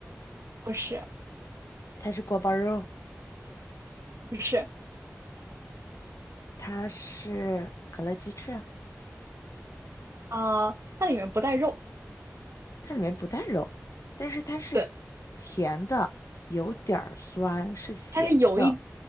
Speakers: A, on the right (about 65°); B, on the left (about 85°).
A: 不是
B: 它是锅包肉？
A: 不是
B: 它是可乐鸡翅啊？
A: 啊、呃它里面不带肉，
B: 它里面不带肉，但是它是
A: 对，
B: 甜的，有点儿酸，是咸的。
A: 它是有一